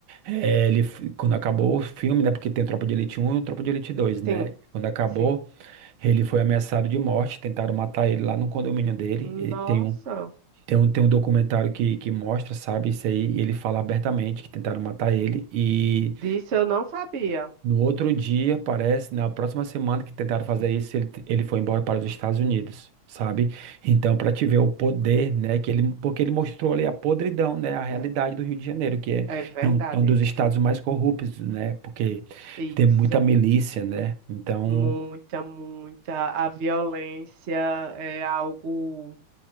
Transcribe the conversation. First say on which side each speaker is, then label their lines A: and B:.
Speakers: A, on the right (about 85°); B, on the right (about 60°).
A: É, ele, f- quando acabou o filme, né? Porque tem Tropa de Elite Um e Tropa de Elite Dois, né?
B: Sim,
A: Quando acabou,
B: sim.
A: ele foi ameaçado de morte, tentaram matar ele lá no condomínio dele.
B: Nossa,
A: E tem um, tem um, tem um documentário que, que mostra, sabe, isso aí. E ele fala abertamente que tentaram matar ele. E
B: disso eu não sabia.
A: no outro dia, parece, na próxima semana que tentaram fazer isso, ele, ele foi embora para os Estados Unidos, sabe? Então, para te ver o poder, né, que ele, porque ele mostrou ali a podridão, né, a realidade
B: É,
A: do Rio de Janeiro, que é,
B: é verdade.
A: é, um, é um dos estados mais corruptos, né, porque
B: Isso.
A: tem muita milícia, né? Então,
B: Muita, muita. A violência é algo